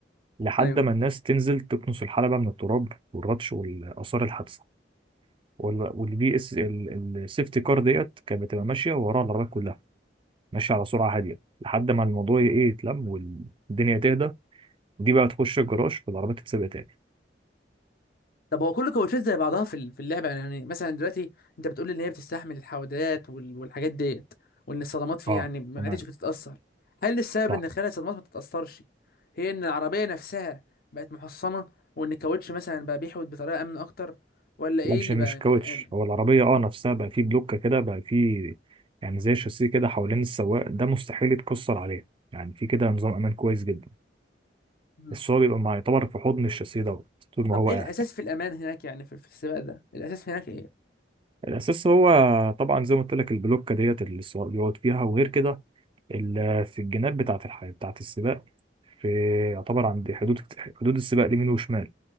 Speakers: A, on the right; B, on the left.
A: لحد
B: ايوه
A: ما الناس تنزل تكنس الحلبة من التراب والردش والآثار الحادثة وال- والبي اس السيفتي كار ديت كانت بتبقى ماشية وراها العربيات كلها ماشية على سرعة هادية لحد ما الموضوع ي- ايه يتلم والدنيا تهدى دي بقى تخش الجراج والعربية تتسابق تاني
B: طب هو كل الكوتشات زي بعضها في ال- في اللعبه يعني يعني مثلا دلوقتي انت بتقول لي ان هي بتستحمل الحودات وال- والحاجات ديت وان الصدمات فيها
A: اه
B: يعني ما
A: تمام
B: عادتش بتتاثر هل السبب
A: صح
B: ان خلال الصدمات ما تتاثرش هي ان العربيه نفسها بقت محصنه وان الكاوتش مثلا بقى بيحود بطريقه امن اكتر ولا ايه
A: لا مش
B: اللي
A: مش
B: بقى
A: كاوتش
B: امن
A: هو العربية اه نفسها بقى فيه بلوكة كده بقى فيه يعني زي شاسيه كده حوالين السواق ده مستحيل يتكسر عليه يعني في كده نظام امان كويس جدا
B: مم.
A: بس هو بيبقى مع- يعتبر في حضن الشاسيه دوت طول ما
B: طب
A: هو
B: ايه
A: قاعد
B: الاساس في الامان هناك يعني في في السباق ده الاساس هناك ايه
A: الاساس هو طبعا زي ما قلت لك البلوكه ديت اللي السواق بيقعد فيها وغير كده ال- آه، في الجناب بتاعه الحياه بتاعه السباق في يعتبر عند حدود حدود السباق اليمين وشمال